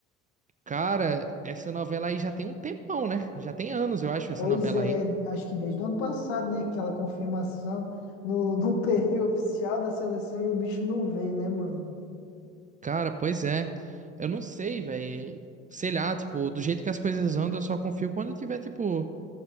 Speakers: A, on the right; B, on the left.
A: Cara, essa novela aí já tem um tempão, né? Já tem anos, eu acho, essa
B: Pois
A: novela
B: é,
A: aí.
B: acho que desde o ano passado, né? Aquela confirmação no, <laughs> no perfil oficial da seleção e o bicho não veio, né, mano?
A: Cara, pois é. Eu não sei, velho. Sei lá, tipo, do jeito que as coisas andam, eu só confio quando tiver, tipo,